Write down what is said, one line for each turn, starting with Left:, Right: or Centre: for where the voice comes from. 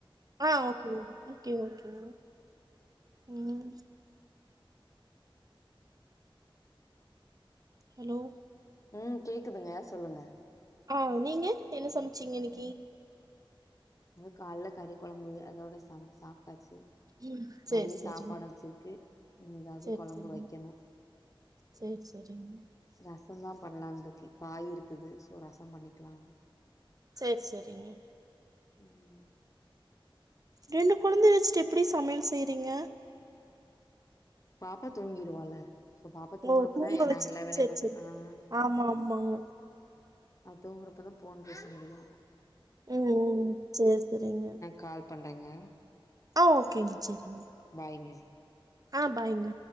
Right: ஆ ஓகே ஓகே ஓகே ஓகே ம் ஹலோ
Left: ம் கேக்குதுங்க சொல்லுங்க
Right: ஆ நீங்க என்ன சம்ச்சீங்க இன்னிக்கி
Left: அது கால்ல கறி கொழம்பு அதோட சம் சாப்டாச்சு
Right: ம். சரி,
Left: மதிய
Right: சரிங்க.
Left: சாப்பாடு வெச்சிருக்கு எதாவ்து
Right: சரி,
Left: கொழம்பு
Right: சரிங்க.
Left: வெக்கனு
Right: சரி, சரிங்க.
Left: ரசந்தா பண்லான்ருக்கே காய் இருக்குது சோ ரசம் பண்ணிக்லா
Right: சேர் செரிங்க
Left: ம்
Right: ரெண்டு கொழந்தைய வச்ட்டு எப்டி சமையல் செய்றீங்க
Left: பாப்பா தூங்கிருவாள சோ பாப்பா தூங்குறப்பதா
Right: ஓ! தூங்க வச்சுட்டு
Left: நா எல்லா வேலையும்
Right: சரி,
Left: பாப்பே
Right: சரி.
Left: ஆ
Right: ஆமா, ஆமாங்க.
Left: அது தூங்குறப்ப தா ஃபோன்பேச முடியும்
Right: ம் செர் சேரிங்க
Left: கால் பண்றெங்க
Right: ஆ ஓகேங் செரிங்க
Left: பாய்ங்க
Right: ஆ பாய்ங்க